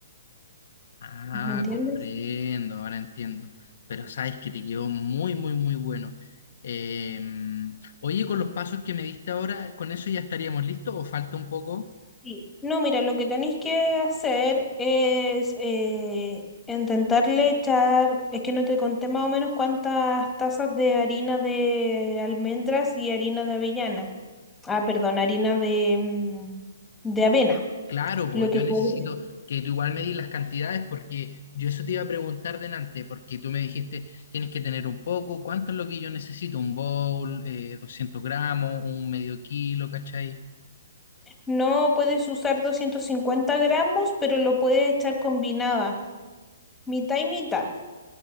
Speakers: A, on the left (about 60°); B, in the centre.
A: Ah,
B: ¿me entiendes?
A: comprendo, ahora entiendo. Pero sabes que te quedó muy, muy, muy bueno. Eh, oye, con los pasos que me diste ahora, ¿con eso ya estaríamos listos o falta un poco?
B: Sí. No, mira, lo que tenéis que hacer es eh, intentarle echar, es que no te conté más o menos cuántas tazas de harina de almendras y harina de avellana. Ah, perdón, harina de, mm, de avena.
A: Claro, pues
B: Lo
A: yo
B: que
A: necesito
B: puedes.
A: que tú igual me di las cantidades porque yo eso te iba a preguntar delante, porque tú me dijiste, tienes que tener un poco, ¿cuánto es lo que yo necesito? Un bowl, eh, 200 gramos, un medio kilo, ¿cachai?
B: No puedes usar 250 gramos, pero lo puedes echar combinada, mitad y mitad.